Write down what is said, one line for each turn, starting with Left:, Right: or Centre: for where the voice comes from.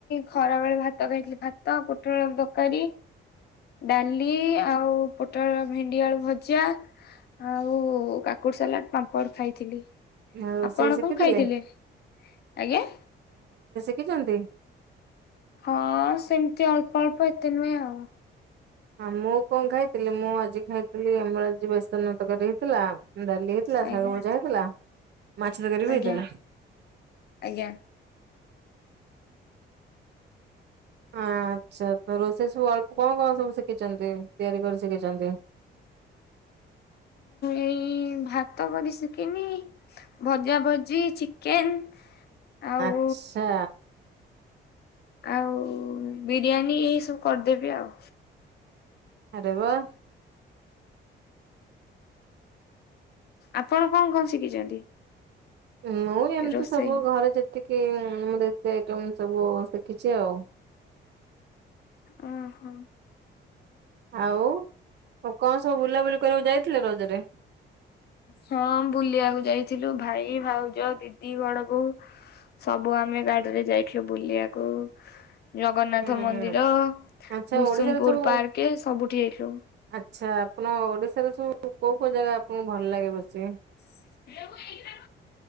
Left: ଖରା ବେଳେ ଭାତ ଖାଇଥିଲି। ଭାତ, ପୋଟଳ ଆଳୁ ତରକାରୀ, ଡାଲି ଆଉ ପୋଟଳ ଭେଣ୍ଡିଆଳୁ ଭଜା ଆଉ କାକୁଡି ସାଲାଡ, ପାମ୍ପଡ଼ ଖାଇଥିଲି।
Right: ରୋଷେଇ
Left: ଆପଣ
Right: ଶିଖିଥିଲେ?
Left: କଣ ଖାଇଥିଲେ? ଆଜ୍ଞା।
Right: ସିଖିଛନ୍ତି।
Left: ହଁ ସେମିତି ଅଳ୍ପ ଅଳ୍ପ ଏତେ ନୁହେଁ ଆଉ।
Right: ହଁ ମୁଁ କଣ ଖାଇଥ ଥିଲି ମୁଁ ଆଜି ଖାଇଥିଲି ଆମର ଯିଏ ବ୍ୟସ୍ତ ନୁହେତ କରିହେଇଥିଲା ଡାଲି ହେଇଥିଲା,
Left: ଆଜ୍ଞା
Right: ଶାଗ ଭଜା ହେଇଥିଲା, ମାଛ ତରକାର ବି
Left: ଆଜ୍ଞା
Right: ହେଇଥିଲା।
Left: ଆଜ୍ଞା।
Right: ଆଚ୍ଛା ତ ରୋଷେଇ ସବୁ ଅଳ୍ପ କଣ କଣ ସବୁ ଶିଖିଛନ୍ତି ତିଆରି କରି ଶିଖିଛନ୍ତି?
Left: ଏଇ ଭାତ କରି ଶିଖିନି ଭଜା ଭଜି ଚିକେନ ଆଉ
Right: ଆଚ୍ଛା
Left: ଆଉ ବିରିୟାନୀ ଏଇ ସବୁ କରିଦେବି ଆଉ।
Right: ଆରେ ବାଃ
Left: ଆପଣ କଣ କଣ ଶିଖିଛନ୍ତି?
Right: ମୁଁ ଏମିତି
Left: ରୋଷେଇ?
Right: ସବୁ ଘରେ ଯେତିକି କି ଏମିତି ସେ ସବୁ ଶିଖିଛି ଆଉ।
Left: ଓ ହୋ
Right: ଆଉ କଣ ସବୁ ବୁଲାବୁଲି କରିବାକୁ ଯାଇଥିଲେ ରଜରେ?
Left: ହଁ ବୁଲିବାକୁ ଯାଇଥିଲୁ ଭାଇ ଭାଉଜ ଦିଦି ବଡ଼ବୋଉ ସବୁ ଆମେ ଗାଡିରେ ଯାଇଥିଲୁ ବୁଲିବାକୁ। ଜଗନ୍ନାଥ
Right: ହୁଁ
Left: ମନ୍ଦିର ର
Right: ଆଚ୍ଛା
Left: ଭୁସୁନପୁର
Right: ଓଡିଶାରେ ସବୁ
Left: ପାର୍କେ ସବୁଠି ହେଲୁ।
Right: ଆଚ୍ଛା ଆପଣ ଓଡିଶାରେ ସବୁ କୋଉ କୋଉ ଜାଗା ଆପଣଙ୍କୁ ଭଲ ଲାଗେ ବେସି?
Left: <inaudible>